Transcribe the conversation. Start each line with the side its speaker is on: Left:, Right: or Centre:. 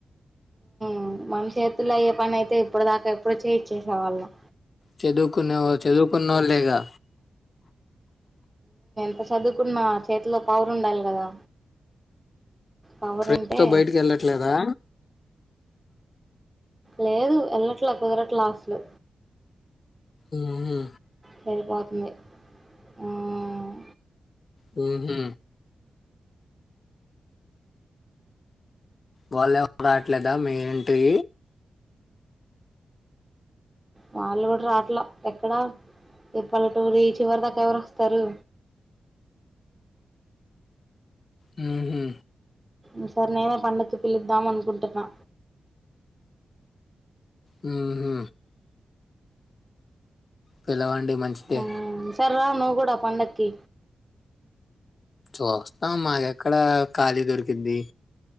Right: మ్ మన చేతుల్లో అయ్యే పని అయితే ఇప్పుడ్ దాకా ఎప్పుడో చేయించే వాళ్లం
Left: చదువుకునేవాల్ చదువుకున్నళ్లేగా
Right: అ చదువుకున్న చేతిలో పవర్ ఉండాలి కదా పవర్
Left: ఫ్రెండ్స్
Right: ఉంటే
Left: తో బయటికి వెళ్ళట్లేదా
Right: లేదు వెల్లట్లా కుదరట్లా అసలు
Left: ఉహు
Right: సరిపోతాంది హ్మ్
Left: హ్మ్ హు వాళ్ళేఎవ్ రావట్లేదా మీ ఇంటికి
Right: వాళ్ళు కూడా రాట్లా ఎక్కడా ఈ పల్లెటూరు చివరి దాకా ఎవరు వస్తారు.
Left: హ్మ్ హు
Right: మ్ సర్ నేనే పండకి పిలుద్దాం అనుకుంటున్నా
Left: హ్మ్ హు పిలవన్ అండి మంచిదే
Right: ఉమ్ ఈసారి రా నువ్ కూడా పండక్కి
Left: చూస్తాం మాకెక్కడ ఖాళీ దొరికిద్ది